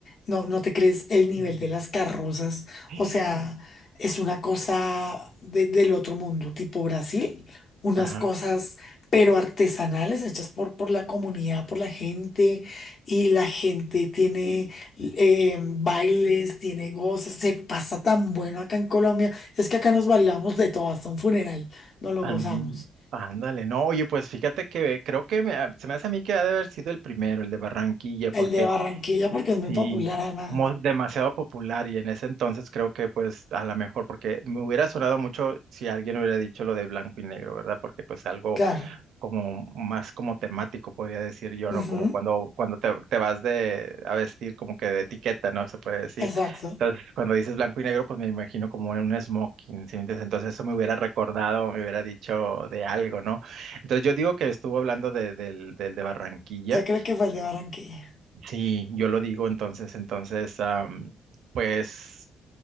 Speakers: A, on the left; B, on the right.
A: No, no te crees el nivel
B: ujú.
A: de las carrozas.
B: <gasps>
A: O sea, es una cosa de- del otro mundo, tipo Brasil. Unas
B: Ajá.
A: cosas, pero artesanales, hechas por, por la comunidad, por la gente. Y la gente tiene eh, bailes, tiene goces. Se pasa tan bueno acá en Colombia. Es que acá nos bailamos de todo, hasta un funeral. Nos lo
B: An-
A: gozamos.
B: ándale, no, oye, pues fíjate que creo que me- ah, se me hace a mí que ha de haber sido el primero, el de Barranquilla,
A: El
B: porque
A: de Barranquilla porque es muy
B: sí,
A: popular además.
B: mo- demasiado popular y en ese entonces creo que pues a lo mejor, porque me hubiera sonado mucho si alguien hubiera dicho lo de blanco y negro, ¿verdad? Porque pues algo
A: Claro.
B: como más como temático, podría decir yo, ¿no?
A: Ujú,
B: Como cuando, cuando te, te vas de a vestir como que de etiqueta, ¿no? Se puede decir.
A: Exacto.
B: Entonces, cuando dices blanco y negro, pues me imagino como un smoking, ¿sí me entiendes? Entonces eso me hubiera recordado, me hubiera dicho de algo, ¿no? Entonces yo digo que estuvo hablando de- del, del de Barranquilla.
A: Yo creo que fue el de Barranquilla.
B: Sí, yo lo digo entonces, entonces, am, pues...